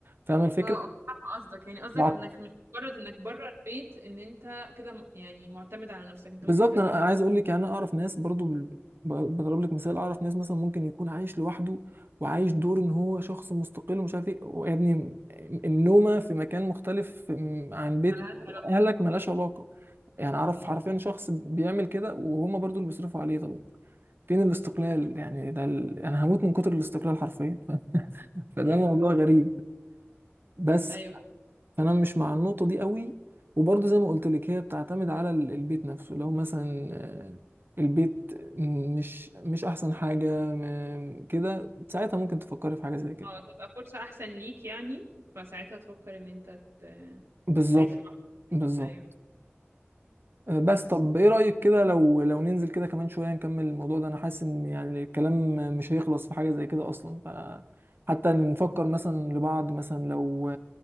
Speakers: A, on the right (about 55°); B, on the right (about 75°).
A: فاهمه الفكره
B: اه اه فاهمة قصدك يعني قصدك
A: بعد-
B: انك مش مجرد انك بره البيت ان انت كده م- يعني معتمد على نفسك انت
A: بالظبط
B: ممكن تبقى
A: انا
B: عايش
A: أنا عايز اقول لك يعني انا اعرف ناس برضو بال- ب- بضرب لك مثال اعرف ناس مثلا ممكن يكون عايش لوحده وعايش دور ان هو شخص مستقل ومش عارف ايه ويا ابني النومه في مكان مختلف عن بيت
B: على هذا
A: اهلك ملهاش علاقه يعني اعرف
B: ايوه
A: حرفيا شخص بيعمل كده وهما برضو اللي بيصرفوا عليه طب فين الاستقلال يعني ده ال... انا هموت من كتر الاستقلال حرفيا <laughs> فده
B: ايوه
A: موضوع
B: فاهمة
A: غريب بس
B: ايوه فاهمة.
A: فانا مش مع النقطه دي قوي وبرضه زي ما قلت لك هي بتعتمد على ال- البيت نفسه لو مثلا آه، البيت مش مش احسن حاجه م- كده ساعتها ممكن تفكري في حاجه زي كده
B: اه تبقى فرصة احسن ليك يعني فساعتها تفكر ان انت
A: بالظبط
B: تعيش لوحدك
A: بالظبط
B: ايوه
A: آه، بس
B: بس
A: طب ايه رأيك كده لو لو ننزل كده كمان شوية نكمل الموضوع ده انا حاسس ان يعني الكلام مش هيخلص في حاجة زي كده اصلا ف حتى نفكر مثلا لبعض مثلا لو